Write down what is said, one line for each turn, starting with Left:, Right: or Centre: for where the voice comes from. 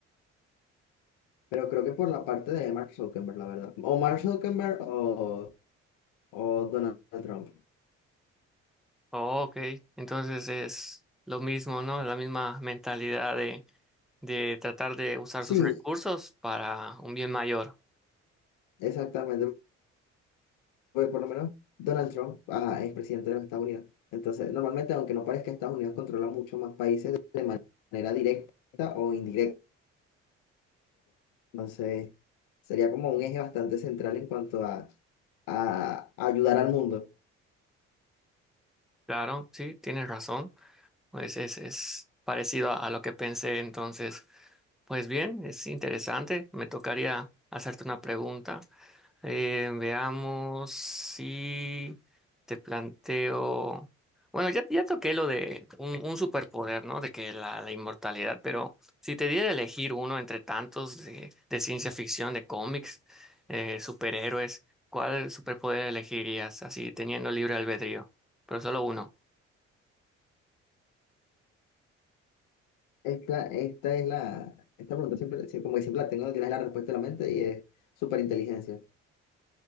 Left: pero creo que por la parte de Mark Zuckerberg, la verdad. O Mark Zuckerberg o, o Donald Trump.
Centre: Oh, ok, entonces es lo mismo, ¿no? La misma mentalidad de, de tratar de usar
Left: Sí,
Centre: sus recursos para un bien mayor.
Left: exactamente. Porque por lo menos Donald Trump ah, es presidente de los Estados Unidos. Entonces, normalmente, aunque no parezca, Estados Unidos controla mucho más países de man- manera directa o indirecta. Entonces, sería como un eje bastante central en cuanto a, a ayudar al mundo.
Centre: Claro, sí, tienes razón. Pues es, es parecido a a lo que pensé entonces. Pues bien, es interesante. Me tocaría hacerte una pregunta. Eh, veamos si te planteo. Bueno, ya, ya toqué lo de un, un superpoder, ¿no? De que la, la inmortalidad, pero si te diera a elegir uno entre tantos de, de ciencia ficción, de cómics, eh, superhéroes, ¿cuál superpoder elegirías? Así, teniendo libre albedrío, pero solo uno.
Left: Esta, esta es la, esta pregunta siempre, sí, como que siempre la tengo, tienes la respuesta en la mente y es superinteligencia. O